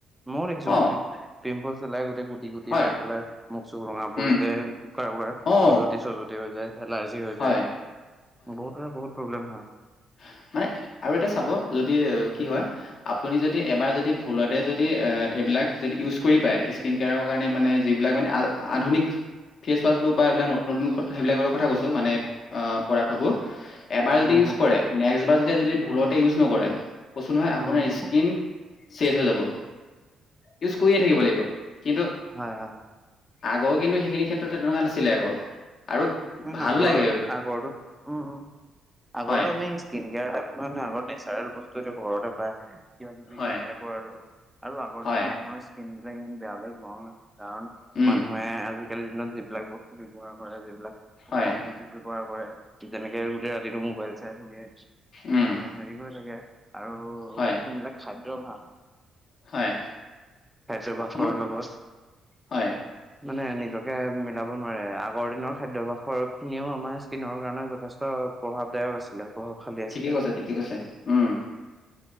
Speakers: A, in the centre; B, on the left.
A: ময়ো দেখিছো
B: অ
A: মই দেখিছো পিম্পলচ ওলাই গোটেই গুটি গুটি
B: হয়
A: হৈ পেলাই মুখ চুখ ৰঙা পৰি
B: উম
A: যায় কাৰোবাৰ
B: অ
A: খজুৱতি চজুৱতি হৈ যায় এলাৰ্জি হৈ
B: হয়
A: যায় বহুতৰে বহুত প্ৰব্লেম হয়।
B: উ <unintelligible> মানে আৰু এটা চাব যদি কি হয় আপুনি যদি এবাৰ যদি ভুলতে যদি এ বিলাক যদি ইউজ কৰি পায় স্কিন কেয়াৰৰ কাৰণে মানে যিবিলাক মানে আধুনিক ফেচ ৱাছবোৰ বা এইবিলাক নতুন নতুন সেইবিলাকৰ কথা কৈছো মানে পদাৰ্থ বোৰ এবাৰ যদি
A: উম
B: ইউজ
A: উম
B: কৰে নেক্স বাৰ যদি যদি ভুলতে ইউজ নকৰে কচোন নহয় আপোনাৰ
A: উম উম
B: স্কিন শেচ হৈ যাব ইউজ কৰিয়ে থাকিব লাগিব, কিন্তু
A: হয়, হয়।
B: আগৰ কিন্তু সেইখিনি ক্ষেত্ৰত তেনেকুৱা নাছিলে আকৌ আৰু
A: উম
B: ভালো
A: আগৰ
B: লাগে
A: আগৰো উম, উম আগৰটো
B: হয়
A: আমি ইন্ডিয়াৰ আগতে নো নেচাৰেল বস্তু এইটো ঘৰতে পায় কিবা কিবি
B: হয়
A: টাইপৰ আৰু আৰু আগৰ
B: হয়
A: দিনৰ মানুহৰ স্কিন বিলাক ই বেয়ালৈ যোৱা নাই কাৰণ
B: উম
A: মানুহে আজিকালিৰ দিনত যিবিলাক বস্তু ব্যৱহাৰ কৰে যিবিলাক
B: হয়
A: কচমেটিক ব্যৱহাৰ কৰে ঠিক তেনেকে গোটেই ৰাতিটো মোবাইল চাই থাকে
B: উম
A: ম হেৰি কৰি থাকে আৰু
B: হয়
A: সিবিলাক খাদ্যভাস ভাল
B: হয়।
A: খাইছে ভাস্কৰ
B: মোৰ
A: লগত
B: হয়
A: মানে নিজকে মিলাব নোৱাৰে আগ আগৰ দিনৰ খাদ্যভাসৰখিনিও আমাৰ স্কিনৰ কাৰণে যথেষ্ট প্ৰভাৱদায়ক আছিলে। প্ৰভাৱশালী আছিলে।
B: ঠিকে কৈছা, ঠিকে কৈছা, উম